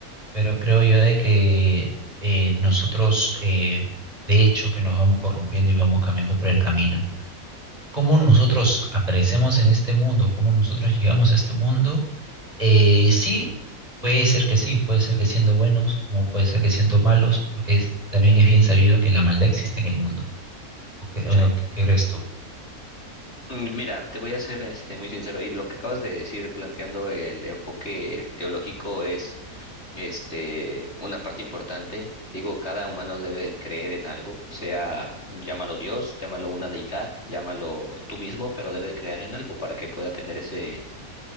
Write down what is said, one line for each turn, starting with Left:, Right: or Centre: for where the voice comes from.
Right: pero creo yo de que eh, nosotros, eh, de hecho, que nos vamos corrompiendo y vamos cambiando por el camino cómo nosotros aparecemos en este mundo, cómo nosotros llegamos a este mundo, eh, sí, puede ser que sí, puede ser que siendo buenos, como puede ser que siendo malos, porque es- también es bien sabido que la maldad existe en el mundo. ¿O qué, o
Left: Sí.
Right: qué crees tú?
Left: Mm, Mira, te voy a ser este muy sincero, y lo que acabas de decir planteando el enfoque teológico es este una parte importante. Digo, cada humano debe creer en algo, sea llámalo Dios, llámalo una deidad, llámalo tú mismo, pero debe creer en algo para que pueda tener ese